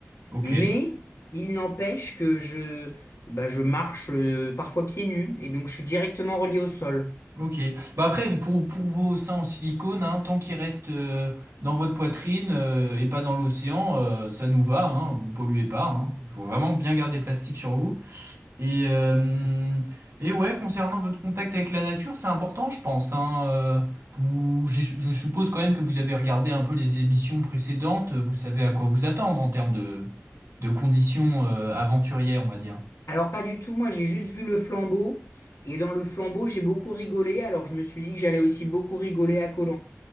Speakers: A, on the right; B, on the left.
A: Ok.
B: mais il n'empêche que je, bah, je marche euh, parfois pieds nus, et donc je suis directement relié au sol.
A: Ok. Bah après, pour, pour vos seins en silicone, hein, tant qu'ils restent euh, dans votre poitrine euh, et pas dans l'océan, euh, ça nous va, hein, vous polluez pas. hein. Il faut vraiment bien garder le plastique sur vous. Et, euh, et ouais, concernant votre contact avec la nature, c'est important, je pense. hein, euh, vous- j'ai- je suppose quand même que vous avez regardé un peu les émissions précédentes, vous savez à quoi vous attendre en termes de, de conditions euh, aventurières, on va dire.
B: Alors pas du tout, moi j'ai juste vu le flambeau, et dans le flambeau j'ai beaucoup rigolé, alors je me suis dit que j'allais aussi beaucoup rigoler à koh